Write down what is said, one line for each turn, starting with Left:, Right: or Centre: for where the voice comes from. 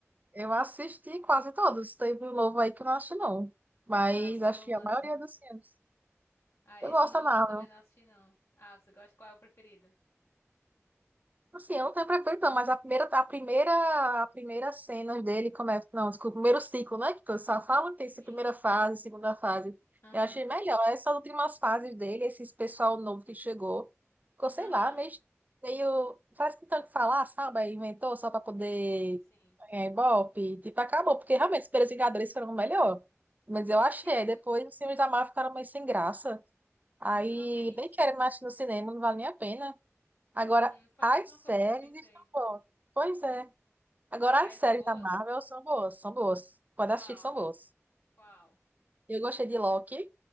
Right: Eu assisti quase todos, teve um novo aí que eu não acho não, mas
Left: Ah, esse
Right: acho
Left: novo
Right: que a
Left: não
Right: maioria
Left: assisti, não.
Right: dos filmes.
Left: Ah,
Right: Eu
Left: esse
Right: gosto
Left: novo
Right: da Marvel.
Left: eu também não assisti, não. Ah, você gosta? Qual é o preferido?
Right: Assim, eu não tenho preferência, não, mas a primeira, a primeira, a primeira cena dele começa. Não, desculpa, o primeiro ciclo, né? Que eu só falo que tem essa
Left: Sim.
Right: primeira fase, segunda fase.
Left: Aham.
Right: Eu achei melhor. Essas últimas fases dele, esse pessoal novo que chegou, ficou, sei
Left: Aham.
Right: lá, meio, meio. Faz que tanto falar, sabe? Aí Inventou só para poder
Left: Sim, sim, sim.
Right: ganhar Ibope. Tipo, acabou, porque realmente os primeiros Vingadores foram o melhor. Mas eu achei.
Left: Sim,
Right: Depois os filmes da Marvel ficaram meio sem graça. Aí
Left: exatamente.
Right: nem quero mais ir no cinema, não vale nem a pena. Agora,
Left: Uhum. Foi
Right: as
Left: a mesma
Right: séries
Left: coisa que eu pensei.
Right: estão boas. Pois é. Agora,
Left: As séries
Right: as séries
Left: são boas?
Right: da Marvel são boas, são boas. Pode
Left: Qual?
Right: assistir que são boas.
Left: Qual?
Right: Eu gostei de Loki.
Left: Mas...